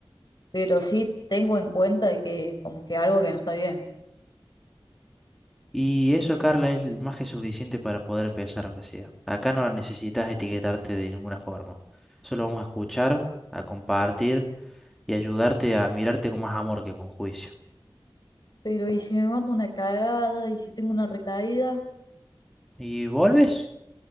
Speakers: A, on the left; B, in the centre.
A: pero sí tengo en cuenta de que como que algo que no está bien.
B: Y eso, Carla, es más que suficiente para poder empezar, aunque sea. Acá no necesitas etiquetarte de ninguna forma. Solo vamos a escuchar, a compartir y ayudarte a mirarte con más amor que con juicio.
A: Pero ¿y si me mando una cagada? ¿Y si tengo una recaída?
B: ¿Y vuelves?